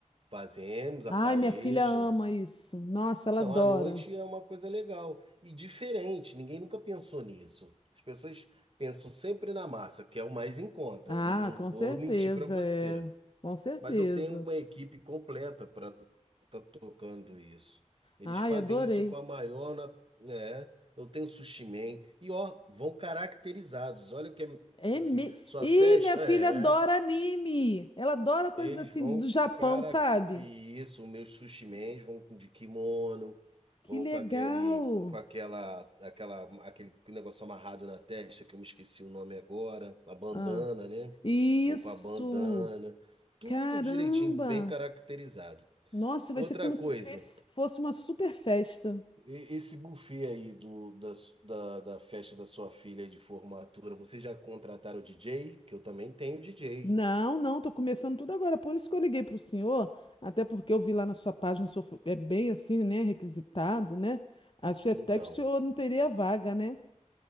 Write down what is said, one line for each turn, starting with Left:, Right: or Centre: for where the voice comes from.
Right: fazemos a
Left: Ai,
Right: paeja.
Left: minha filha ama isso. Nossa, ela
Right: Então,
Left: adora.
Right: à noite é uma coisa legal e diferente, ninguém nunca pensou nisso. As pessoas pensam sempre na massa, que é o mais em conta.
Left: Ah,
Right: Eu não
Left: com
Right: vou
Left: certeza,
Right: mentir para você.
Left: é. Com certeza.
Right: mas eu tenho uma equipe completa para estar tocando isso. Eles
Left: Ai,
Right: fazem
Left: adorei.
Right: isso com a maior, na- é, eu tenho sushi man e ó, vão caracterizados. Olha o que é,
Left: É
Right: o
Left: me...
Right: que sua
Left: Ih,
Right: festa
Left: minha filha
Right: é.
Left: adora anime. Ela adora coisas
Right: Eles
Left: assim
Right: vão,
Left: do Japão,
Right: cara,
Left: sabe?
Right: e isso, meus sushi men vão com de kimono,
Left: Que
Right: vão
Left: legal.
Right: com aquele, com aquela, aquela, aquele negócio amarrado na testa, que eu me esqueci o nome agora, a bandana,
Left: Ah,
Right: né?
Left: isso.
Right: Vão com a bandana, tudo
Left: Caramba!
Right: direitinho, bem caracterizado.
Left: Nossa, vai
Right: Outra
Left: ser como
Right: coisa,
Left: se fez- fosse uma super festa.
Right: e- esse buffet aí do, da, su- da, da festa da sua filha aí de formatura, vocês já contrataram o DJ? Que eu também tenho DJ.
Left: Não, não, tô começando tudo agora. Por isso que eu liguei pro senhor, até porque eu vi lá na sua página, o senhor fo- é bem assim, né? Requisitado, né? Achei
Right: Então.
Left: até que o senhor não teria vaga, né?